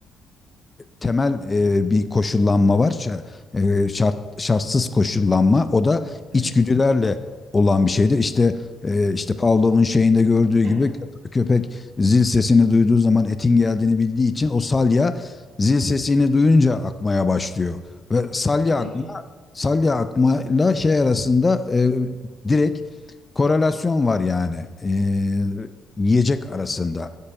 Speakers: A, on the left (about 20°); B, on the right (about 75°).
A: temel e, bir koşullanma var. Ş- e, şart şartsız koşullanma. O da
B: Evet.
A: içgüdülerle olan bir şeydir. İşte e, işte Pavlov'un şeyinde gördüğü
B: Evet.
A: gibi köp- köpek zil sesini duyduğu zaman etin geldiğini bildiği için o salya zil sesini duyunca akmaya başlıyor. Ve salya
B: Tabii
A: akma
B: ki.
A: salya akmayla şey arasında e, direkt korelasyon var yani e, yiyecek arasında.